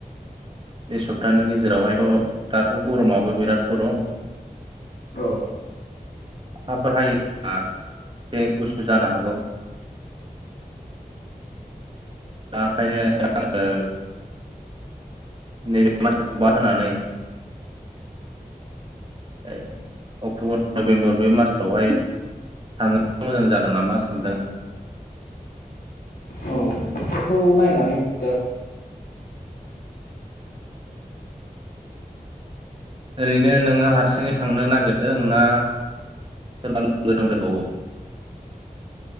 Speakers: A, on the right; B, on the left.
A: बेसब पतानि गेजेरावहायथ' दाथ' गरमाबो बिराद गरम
B: औ
A: अखाफोर हायो बा एसे गुसुजानो हागौ दा ओंखायनो आङो नैबे मासखौ बाद होनानै ए अक्ट'बर नभेम्बर बे मासफ्रावहाय थांनो मोजां जागोन नामा सानदों
B: औ बेफोरखौ नायनानै थदो
A: ओरैनो नोङो हारसिङै थांनो नागिरदों ना सोरबा लोगो दंदेरबावो?